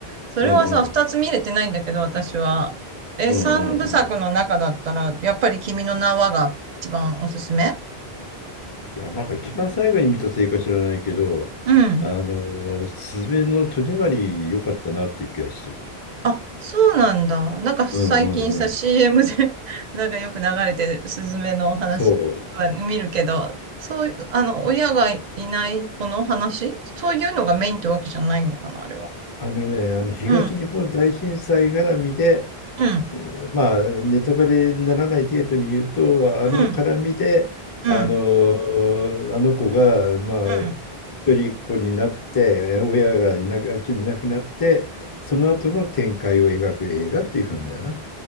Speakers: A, on the right (about 55°); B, on the left (about 30°).
A: それはさ、
B: うんうん。
A: 二つ見れてないんだけど、私は。え、
B: うんうんうん。
A: 三部作の中だったら、やっぱり君の名はが一番おすすめ
B: いや、なんか一番最後に見たせいか知らないけど、
A: うん。
B: あの、すずめの戸締まり良かったなっていう気がしてる。
A: あ、そうなんだ。なんか最近さ、
B: うんうんうん。
A: CM で <laughs> なんかよく流れてるスズメの話は見るけど、
B: そう。
A: そういう、あの、親がいない子の話そういうのがメインってわけじゃないのかな、あれは。
B: あのね、あの東日本大震災絡みで、
A: うん、うん、
B: えーまあ、ネタバレにならない程度に言うと、あの絡みで、
A: うん。うん。
B: あの、あの子が、まあ、
A: うん。
B: 一人っ子になって、親がいなく、いなくなって、その後の展開を描く映画っていう感じだな。